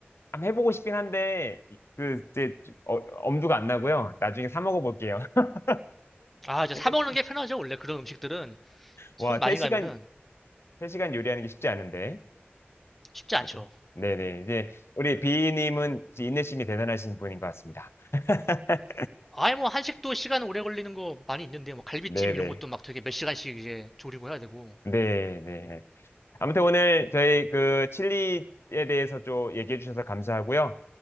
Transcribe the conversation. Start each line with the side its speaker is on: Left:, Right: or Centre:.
Left: 한번 해보고 싶긴 한데 그 이제 어- 엄두가 안 나고요. 나중에 사 먹어볼게요. <laughs>
Centre: 아 이제
Left: 근데
Centre: 사 먹는 게 편하죠 원래 그런 음식들은 손
Left: 와,
Centre: 많이
Left: 3시간,
Centre: 가면은
Left: 세시간 요리하는 게 쉽지 않은데.
Centre: 쉽지 않죠
Left: 그렇죠? 네네. 이제 우리 비님은 이제 인내심이 대단하신 분인 것 같습니다. <laughs>
Centre: 아예 뭐 한식도 시간 오래 걸리는 거 많이 있는데 뭐 갈비찜
Left: 네네.
Centre: 이런 것도 막 되게 몇 시간씩 이제 조리고 해야 되고
Left: 네네. 아무튼 오늘 저희 그 칠리에 대해서 좀 얘기해 주셔서 감사하고요.